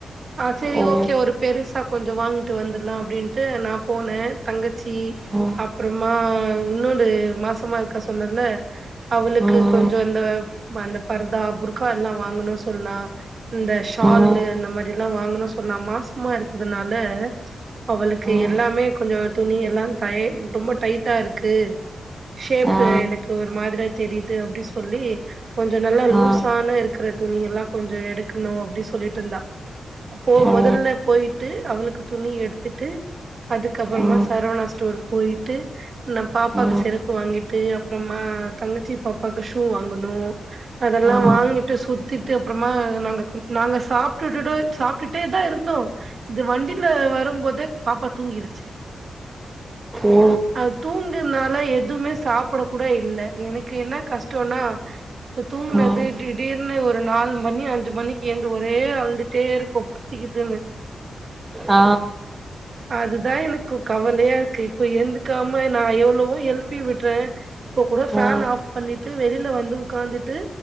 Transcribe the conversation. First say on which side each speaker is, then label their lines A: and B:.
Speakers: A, on the right; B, on the right.
A: ஆ செரி
B: ஓ
A: ஓகே ஒரு பெருசா கொஞ்சோ வாங்கிட்டு வந்தர்லா அப்டின்ட்டு நா போனே தங்கச்சி
B: ஒ
A: அப்புறமா இன்னொரு மாசமா இருக்கா சொன்னல அவளுக்கு
B: ம்
A: கொஞ்சோ இந்த மா இந்த பரதா புர்க்கா எல்லா வாங்கணு சொன்னா இந்த ஷால்லு
B: ம்
A: அந்த மாரி எல்ல வாங்குனு சொன்னா மாசமா இருக்கிறதனால அவளுக்கு
B: ம்
A: எல்லாமே கொஞ்சோ துணி எல்லா த ரொம்ப டைட்டா இருக்கு ஷேப்பு
B: ஆ
A: எனக்கு ஒரு மாதிரியா தெரியுது அப்டி சொல்லி கொஞ்சோ நல்லா லூஸானருக்
B: ஆ
A: க்கிற துணியெல்லா கொஞ்ச எடுக்கணு அப்டி சொல்லிட்ருந்தா போ
B: ஓ
A: மொதல்ல போயிட்டு அவளுக்கு துணி எடுத்துட்டு அதுக்க அப்பறமா
B: ம்
A: சரவணா ஸ்டோர் போயிட்டு நா பாப்பாக்கு
B: ம்
A: செருப்பு வாங்கிட்டு அப்றமா தங்கச்சி பாப்பாக்கு ஷூ வாங்கணு அதெல்லா
B: ஆ
A: வாங்கிட்டு சு திட்டு அப்றமா நாங்க நாங்க சாப்ட்டுட்டு சாப்ட்டுட்டே தா இருந்தோ இது வண்டியில வரும் போதே பாப்பா தூங்கிருச்சு
B: ஓ
A: அத் தூங்குனொல எதுவுமே சாப்பிட கூட இல்ல எனக்கு என்ன கஷ்டோனா இப்ப தூங்குனது
B: ம்
A: டிட் திடீர்னு ஒரு நால் மணி அஞ்சு மணிக்கு ஏந்து ஒரே அழுதுட்டேருக்கு பசிக்குதுன்னு <inaudible>
B: ஆ
A: அதுதா எனக்கு கவலையாருக்கு இப்ப எந்துக்காம நா எவ்வளவோ எழுப்பி விடுறே இப்போ கூட ஃபேன்
B: ஆ
A: ஆஃப் பண்ணிட்டு ய் வந்து உக்காந்துட்டு